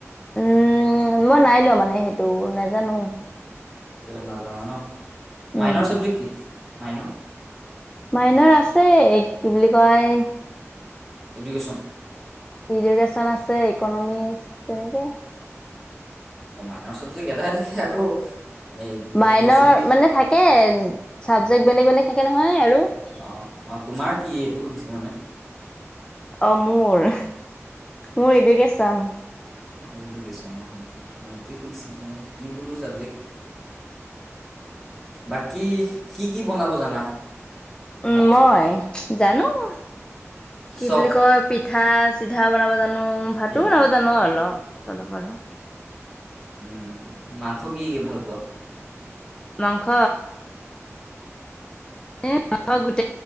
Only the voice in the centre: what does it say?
নাজানা ন,
মাইনৰ চাবজেক্ট কি? মাইনৰ?
এডুকেচন।
অ', মাইনৰ চাবজেক্ট এটাহে থাকে আকৌ এ
বেছি
অ', অ', তোমাৰ কি এইটো সুধিছো মানে।
অ', এডুকেশ্যন অ', <unintelligible> মই সেইটোৱে সুধিছিলোঁ ম কি বোলো ছাবজেক্ট বাকী কি, কি বনাব জানা?
ভাত
চব
এই
পি
উম, মাংস কি ভাল পোৱা?